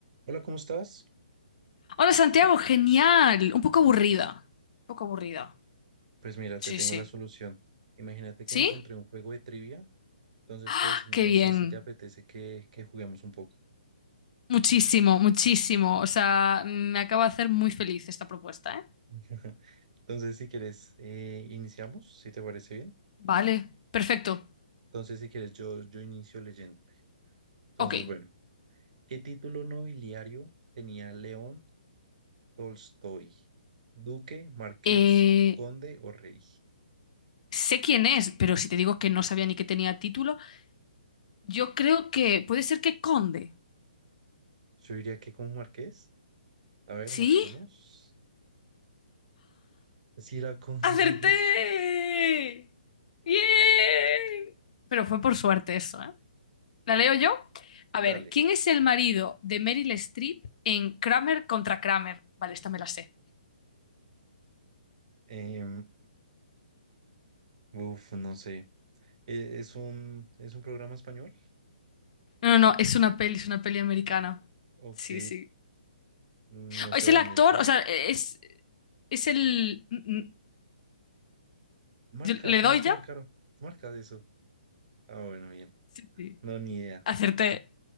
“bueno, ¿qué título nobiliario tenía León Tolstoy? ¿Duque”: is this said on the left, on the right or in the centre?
Right